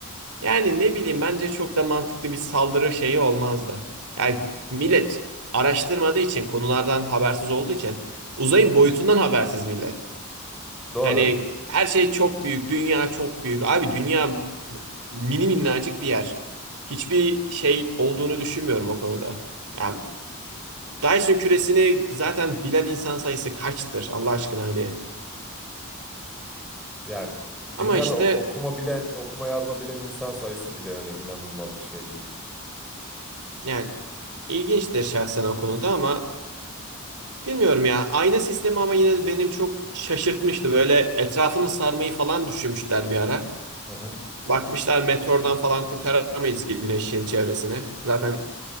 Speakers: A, on the right; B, in the centre.
A: yani ne bileyim bence çok da mantıklı bir saldırı şeyi olmazdı. Yani millet araştırmadığı için konulardan habersiz olduğu için uzayın boyutundan habersiz millet.
B: Doğru.
A: Hani her şey çok büyük, dünya çok büyük. Abi dünya mini minnacık bir yer. Hiçbir şey olduğunu düşünmüyorum o konuda. Yani Dyson küresini zaten bilen insan sayısı kaçtır Allah aşkına hadi.
B: Ya dünyada
A: Ama işte
B: o- okuma bilen, okuma yazma bilen insan sayısı bile öyle inanılmaz bir şey değil.
A: yani ilginçtir şahsen o konuda ama bilmiyorum ya. Ayna sistemi ama yine de benim çok şaşırtmıştı. Böyle etrafını sarmayı falan düşünmüşler bir ara.
B: Hı hı.
A: Bakmışlar meteordan falan kurtaramayız ki güneşin çevresini. Zaten